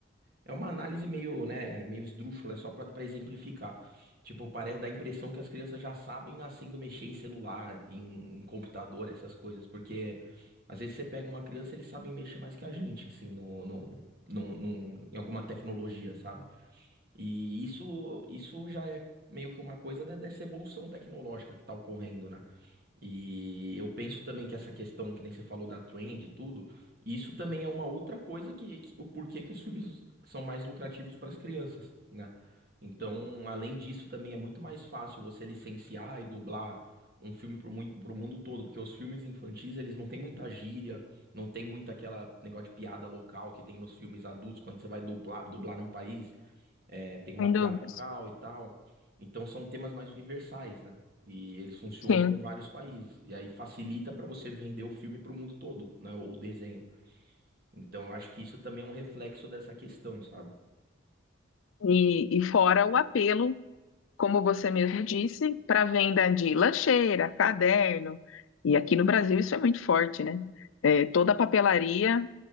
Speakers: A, on the right (about 50°); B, on the left (about 85°).
A: é uma análise meio, né, meio esdrúxula, é só pra pra exemplificar, tipo, parece, dá a impressão que as crianças já sabem nascendo mexer em celular, em, em computador, essas coisas, porque às vezes você pega uma criança, eles sabem mexer mais que a gente, assim, no, no, no, no- em alguma tecnologia, sabe? E isso, isso já é meio que uma coisa da- dessa evolução tecnológica que está ocorrendo, né? E eu penso também que essa questão que nem você falou da trend e tudo, isso também é uma outra coisa que, que- o porquê que os filmes são mais lucrativos para as crianças, né? Então, além disso, também é muito mais fácil você licenciar e dublar um filme para o mundo todo, porque os filmes infantis, eles não têm muita gíria, não tem muito aquela negócio de piada local que tem nos filmes adultos, quando você vai dublar dublar num país é, tem uma
B: Sem
A: piada
B: dúvidas.
A: local e tal. Então são temas mais universais, né? E eles funcionam
B: Sim.
A: em vários países. E aí facilita para você vender o filme para o mundo todo, né? Ou o desenho. Então eu acho que isso também é um reflexo dessa questão, sabe?
B: E, e fora o apelo como você mesmo disse, para venda de lancheira, caderno. E aqui no Brasil isso é muito forte, né? É, toda papelaria